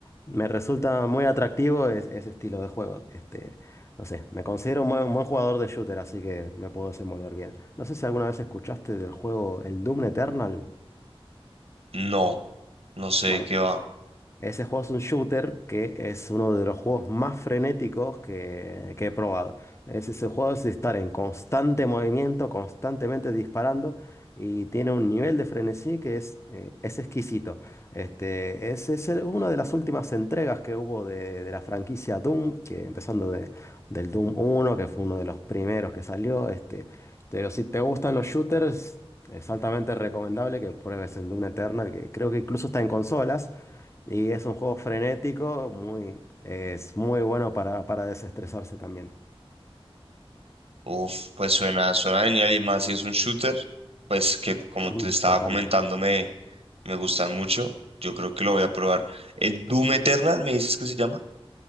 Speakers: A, on the left; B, on the right.
A: me resulta muy atractivo es- ese estilo de juego, este, no sé, me considero un buen, un buen jugador de shooter, así que me puedo desenvolver bien. No sé si alguna vez escuchaste del juego el Doom Eternal,
B: no, no sé
A: bueno,
B: de qué va.
A: Ese juego es un shooter que es uno de los juegos más frenéticos que, que he probado. Es ese juego es de estar en constante movimiento, constantemente disparando y tiene un nivel de frenesí que es, eh, es exquisito. Este, es, es el- una de las últimas entregas que hubo de, de la franquicia Doom, que empezando de- del Doom uno, que fue uno de los primeros que salió. Este, pero si te gustan los shooters, es altamente recomendable que pruebes el Doom Eternal, que creo que incluso está en consolas. Y es un juego frenético, muy, es muy bueno para, para desestresarse también.
B: Uf, pues suena, suena genial y más si es un shooter, pues que como
A: Mm,
B: te estaba
A: Totalmente.
B: comentando me, me gustan mucho. Yo creo que lo voy a probar. El Doom Eternal, ¿me dices que se llama?